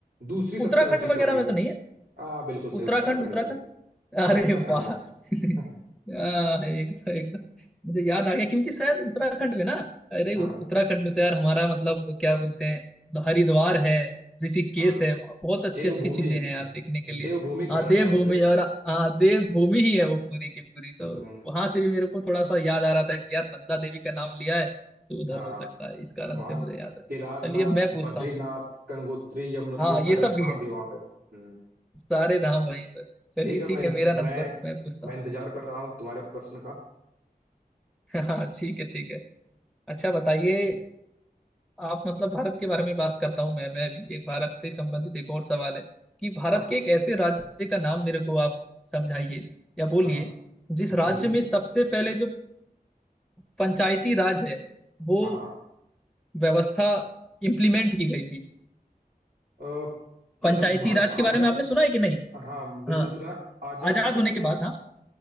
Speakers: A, on the right (about 70°); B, in the centre.
A: दूसरी सबसे
B: उत्तराखंड
A: ऊंची चोटी
B: वगैरह में
A: है
B: तो नहीं है
A: हाँ बिल्कुल सही
B: उत्तराखंड
A: उत्तराखंड
B: उत्तराखंड
A: में हाँ
B: अरे
A: उत्तराखंड
B: वाह आह,
A: में <laughs>
B: एकदम एकदम मुझे याद आ गया क्योंकि शायद उत्तराखंड में ना अरे
A: हाँ
B: उत- उत्तराखंड में तो यार हमारा मतलब क्या बोलते हैं हरिद्वार है ऋषिकेश
A: हाँ
B: है बहुत अच्छी
A: देवभूमि
B: अच्छी चीजें हैं यार देखने के
A: देवभूमि
B: लिए
A: कहा
B: हाँ
A: जाता
B: देवभूमि
A: है उसे
B: और हाँ देवभूमि ही है वो पूरी की पूरी तो
A: हम्म
B: वहां से भी मेरे को थोड़ा सा याद आ रहा था कि यार नंदा देवी का नाम लिया है तो उधर
A: हाँ
B: हो सकता है इस कारण
A: वहाँ
B: से मुझे याद है
A: केदारनाथ
B: चलिए मैं पूछता
A: बद्रीनाथ
B: हूँ
A: गंगोत्री यमुनोत्री
B: हाँ ये
A: सारे
B: सब
A: धाम
B: भी है
A: भी वहाँ पे हम्म
B: सारे धाम वहीं पर है। चलिए
A: ठीक है मैं
B: ठीक है मेरा
A: मैं
B: नंबर मैं पूछता
A: मैं
B: हूँ
A: इंतजार कर रहा हूँ तुम्हारे प्रश्न का
B: हाँ ठीक है ठीक है अच्छा बताइए आप मतलब भारत के बारे में ही बात करता हूँ मैं मैं भी एक भारत से संबंधित एक और सवाल है कि भारत
A: हाँ
B: के एक ऐसे राज्य का नाम मेरे को आप समझाइए या बोलिए
A: हाँ हाँ।
B: जिस
A: जी
B: राज्य
A: जी
B: में सबसे पहले जो पंचायती राज है वो
A: हाँ हाँ
B: व्यवस्था इम्प्लीमेंट की गई थी
A: अ,
B: पंचायती
A: मतलब भारत
B: राज
A: आजाद
B: के बारे में आपने सुना है कि नहीं
A: हाँ बिल्कुल
B: हाँ
A: सुना है। आजाद
B: आजाद
A: भारत
B: होने
A: में
B: के बाद हाँ